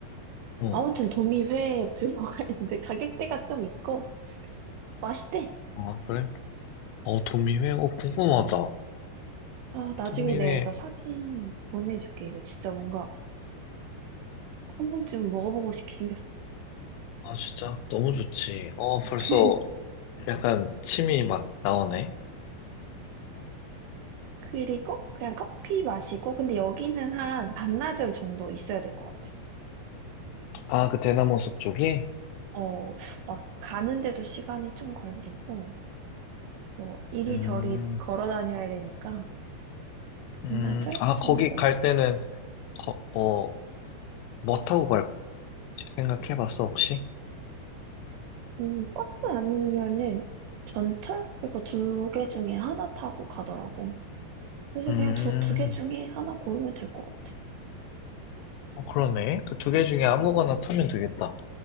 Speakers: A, on the left; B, on the right.
A: 어.
B: 아무튼 도미회에 들어가 <laughs> 있는데 가격대가 좀 있고 맛있대.
A: 아, 그래? 어, 도미회? 어, 궁금하다.
B: 아, 나중에
A: 도미회.
B: 내가 이거 사진 보내줄게. 이거 진짜 뭔가 한 번쯤 먹어보고 싶게 생겼어.
A: 아, 진짜? 너무 좋지. 어, 벌써
B: <laughs>
A: 약간 침이 막 나오네.
B: 그리고 그냥 커피 마시고, 근데 여기는 한 반나절 정도 있어야 될 것 같아.
A: 아, 그 대나무 숲 쪽이?
B: 어, 막 가는데도 시간이 좀 걸리고, 뭐 이리저리
A: 음,
B: 걸어 다녀야 되니까
A: 음,
B: 반나절
A: 아,
B: 정도?
A: 거기 갈 때는, 거, 뭐, 뭐 타고 갈지 생각해봤어, 혹시?
B: 음, 버스 아니면은 전철? 이거 두 개 중에 하나 타고 가더라고. 그래서
A: 음.
B: 그냥 두, 두 개 중에 하나 고르면 될 것 같아.
A: 어, 그러네. 그 두 개 중에 아무거나 타면 되겠다.